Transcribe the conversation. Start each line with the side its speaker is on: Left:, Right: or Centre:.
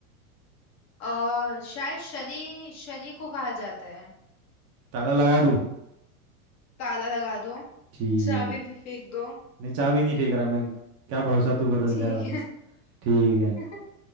Left: आ, शायद शनि शनि को कहा जाता है
Right: ताला लगा दूं
Left: ताला लगा दो
Right: ठीक
Left: चाबी
Right: है
Left: भी फेंक दो
Right: नहीं चाबी नहीं फेंक रहा मैं क्या भरोसा तू बदल
Left: ठीक
Right: जाए वापस
Left: है
Right: ठीक
Left: <laughs>
Right: है